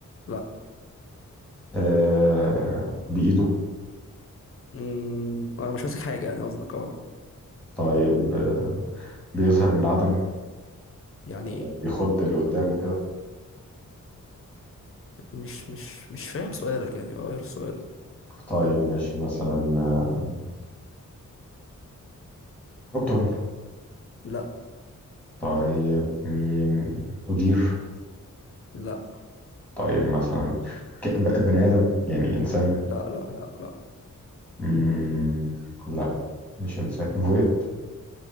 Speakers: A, on the left; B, in the centre.
A: لا
B: آه بإيده
A: امم اه مش ماسك حاجة يعني قصدك اه
B: طيب آه بيظهر من العدم
A: يعني ايه
B: يعني بيخض اللي قدامه كده
A: مش مش مش فاهم سؤالك يعني غير السؤال
B: طيب ماشي مثلا آه، نوكتورن
A: لا
B: طيب مين أدير
A: لا
B: طيب مثلا ك- ب- بني آدم يعني إنسان
A: لا لا لا لا
B: مم. لا مش إنسان فويد